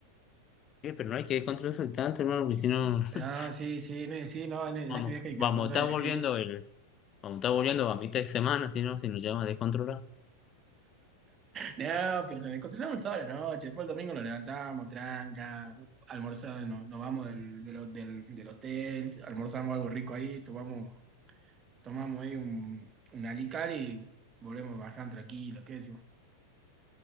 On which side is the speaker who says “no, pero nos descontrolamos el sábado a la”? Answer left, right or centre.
Right